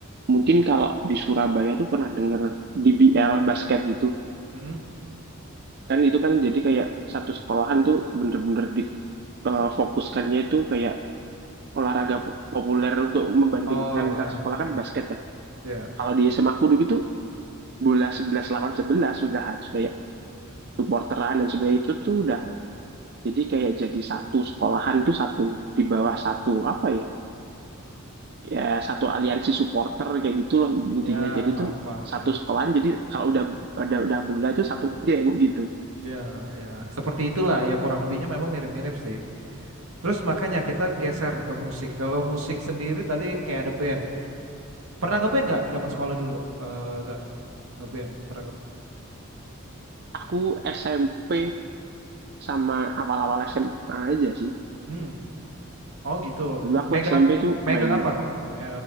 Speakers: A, on the right (about 50°); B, on the right (about 80°).
A: mungkin kalau di Surabaya tuh pernah denger DBL basket gitu
B: mm.
A: kan itu kan jadi kayak satu sekolahan tuh bener-bener di eh, fokuskannya itu kayak olahraga po- populer untuk membandingkan
B: Oh ya,
A: antar sekolah
B: hmm,
A: kan basket ya.
B: ya,
A: Kalau di SMA aku dulu tuh bola 11 lawan 11 sudah harus kayak supporteran dan sebagainya itu tuh udah jadi kayak jadi satu sekolahan itu satu di bawah satu apa ya ya satu aliansi supporter kayak gitu loh intinya
B: ya
A: jadi
B: paham
A: tuh
B: paham
A: satu
B: ya,
A: sekolahan jadi kalau udah ada udah bola itu satu geng gitu
B: ya ya seperti itulah ya kurang lebihnya memang mirip-mirip sih. Terus makanya kita geser nih ke musik. Kalau musik sendiri tadi kayak ada band. Pernah ngeband nggak zaman sekolah dulu? Eh nggak ngeband. Pernah nge
A: aku SMP sama awal-awal SMA aja sih
B: Hmm. Oh gitu.
A: dulu
B: Megang
A: aku SMP tuh
B: megang
A: main
B: apa? Me-